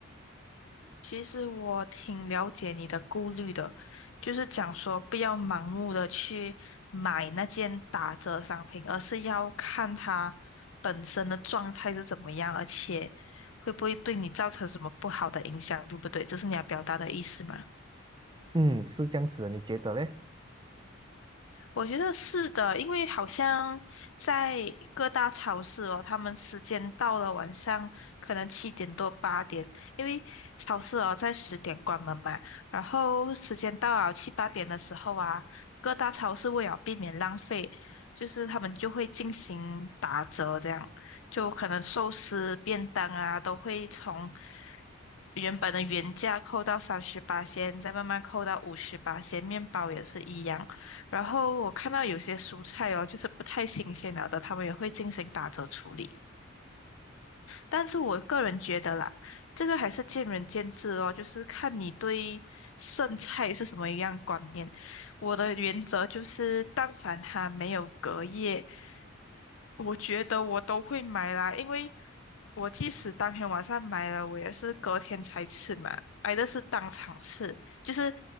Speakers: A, on the left; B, on the right.
A: 其实我挺了解你的顾虑的，就是讲说不要盲目的去买那件打折商品，而是要看它本身的状态是怎么样，而且会不会对你造成什么不好的影响，对不对？这是你要表达的意思吗？
B: 嗯，是这样子的，你觉得嘞？
A: 我觉得是的，因为好像在各大超市哦，他们时间到了晚上可能七点多八点，因为超市哦在十点关门嘛，然后时间到了七八点的时候啊，各大超市为了避免浪费，就是他们就会进行打折，这样就可能寿司、便当啊都会从原本的原价扣到三十八先，再慢慢扣到五十八先，面包也是一样。然后我看到有些蔬菜哦，就是不太新鲜了的，他们也会进行打折处理。但是我个人觉得啦，这个还是见仁见智哦，就是看你对剩菜是什么样观念。我的原则就是，但凡它没有隔夜，我觉得我都会买啦，因为我即使当天晚上买了，我也是隔天才吃嘛，买的是当场吃，就是